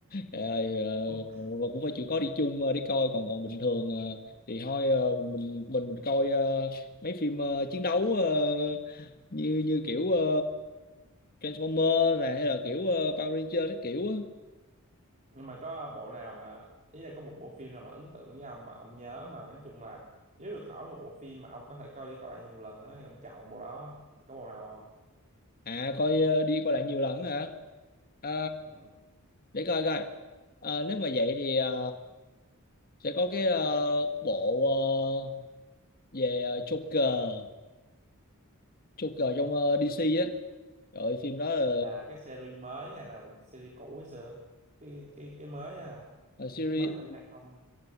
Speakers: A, on the left; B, on the right.
A: Trời ơi, ờ,
B: Không.
A: và cũng phải chịu khó đi chung ờ, đi coi còn còn bình thường ờ, thì thôi ờ, mình mình mình mình coi ờ, mấy phim ờ, chiến đấu ờ, như như kiểu ờ, Transformer này hay là kiểu ờ, Power Ranger các kiểu á.
B: nhưng mà có bộ nào mà ý là có một bộ phim nào mà ấn tượng với ông mà ông nhớ mà nói chung là nếu được hỏi một bộ phim mà ông có thể coi đi coi lại nhiều lần á thì ông chọn bộ đó thì có bộ nào
A: À coi ờ, đi coi lại nhiều lần hả? À,
B: không ừ.
A: để coi coi. Ờ, nếu mà vậy thì ờ, sẽ có cái ờ, bộ ờ, về ờ, Joker, Joker trong ờ, DC á. Rồi phim đó là
B: là cái series mới hay là series cũ hay xưa cái cái cái mới á
A: là series
B: cái mới năm 2000